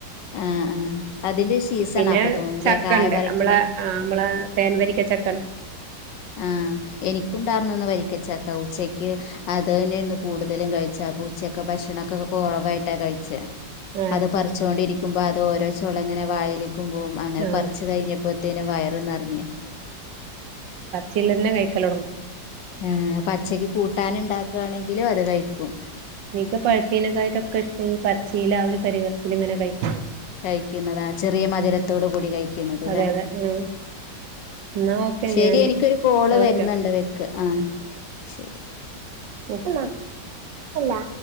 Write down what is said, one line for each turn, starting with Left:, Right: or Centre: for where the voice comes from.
Left: ആഹ് ആഹ് അതിന്റെ സീസണാ
Right: പിന്നെ
Left: അപ്പൊ തോന്നുന്നുല്ലേ
Right: ചക്കണ്ട്
Left: കായ പറിക്കണേ
Right: നമ്മള ആ നമ്മള തേൻ വരിക്ക ചക്ക
Left: ആ എനിക്കുണ്ടാർന്നു ഇന്ന് വരിക്കച്ചക്ക ഉ ഉച്ചക്ക് അത്പിന്നെ കൂടുതലും കഴിച്ച ഉച്ചയൊക്കെ ഭക്ഷണൊക്കെ കൊറവായിട്ടാ കഴിച്ചെ
Right: ആഹ്
Left: അത് പറിച്ചൊകൊണ്ടിരി നോക്കുമ്പോ അത് ഓരോ ചോളം ഇങ്ങനെ വായില് ക്കുമ്പോ അങ്ങനെ
Right: ആഹ്
Left: പറിച്ചു കഴിഞ്ഞ ഇപ്പത്തേനും വയറ് നെറഞ്ഞ്
Right: ചില്ലന്നെ കഴിക്കല് തുടങ്ങും
Left: ആ പച്ചക്ക് കൂട്ടാനുണ്ടാ ആണെങ്കിലും അത് കഴിക്കും
Right: എനിക്ക് പഴുത്തീനെക്കായിട്ടൊക്കെ ഇഷ്ടം ഈ പച്ചേൽ ആ ഒരു കരിവേപ്പിൽ ഇങ്ങനെ കഴിക്കാനാ
Left: കഴിക്കുന്നതാ ചെറിയ മധുരത്തോട് കൂടി കഴിക്കുന്നത്
Right: അതെ
Left: ല്ലേ
Right: അതെ ഉം എന്നാ ഓക്കെ
Left: ശരി
Right: ഞാന്
Left: എനിക്കൊരു കോള് വരുന്നുണ്ട്
Right: ഓക്കെ
Left: വെക്ക് ആ ശരി
Right: എ <unintelligible> ല്ല അല്ലാ